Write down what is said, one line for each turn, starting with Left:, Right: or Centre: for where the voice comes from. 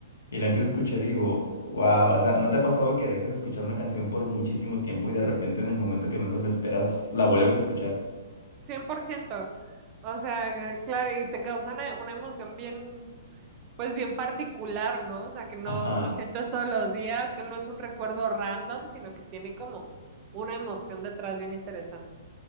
Left: Y la empiezo a escuchar y digo, wow, o sea, ¿no te ha pasado que dejas de escuchar una canción por muchísimo tiempo y de repente en el momento que menos lo esperas la vuelves a escuchar?
Right: cien por ciento O sea, eh, claro, y te causan una emoción bien, pues bien particular, ¿no? O sea, que no,
Left: Ajá.
Right: no sientes todos los días, que no es un recuerdo random, sino que tiene como una emoción detrás bien interesante.